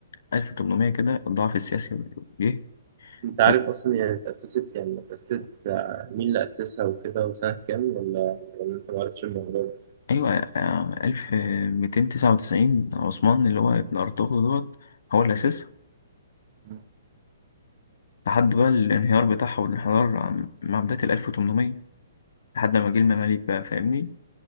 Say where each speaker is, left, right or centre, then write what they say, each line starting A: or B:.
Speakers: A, on the left; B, on the right.
A: 1800 كده الضعف السياسي جه
B: أنت
A: ف...
B: عارف أصلا يعني تأسست يعني تأسست آه، مين اللي أسسها وكده وسنة كام ولا ولا أنت معرفتش الموضوع ده؟
A: أيوة آه، 1299 عثمان اللي هو ابن أرطغرل دوت هو اللي أسسها
B: مم.
A: لحد بقى الانهيار بتاعها والانحدار عم- مع بداية ال 1800 لحد ما جه المماليك بقى فاهمني؟